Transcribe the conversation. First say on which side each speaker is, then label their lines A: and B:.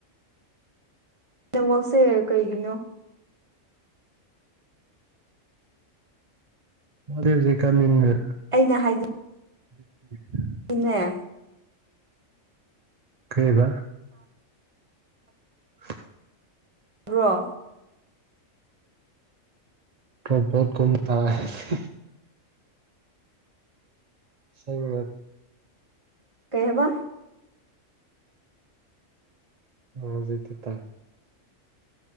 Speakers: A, on the right; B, on the right.
A: ꯅꯦꯠꯋꯥꯛꯁꯦ ꯀꯩꯒꯤꯅꯣ
B: ꯑꯗꯨꯍꯧꯖꯤꯛ ꯀꯃꯤꯟꯃꯦ
A: ꯑꯩꯅ ꯍꯥꯏ
B: <inaudible>
A: ꯏꯟꯅꯦ
B: ꯀꯩꯕ <inaudible>
A: ꯕ꯭ꯔꯣ
B: <unintelligible> <unintelligible>
A: ꯀꯩ ꯍꯥꯕ
B: <unintelligible>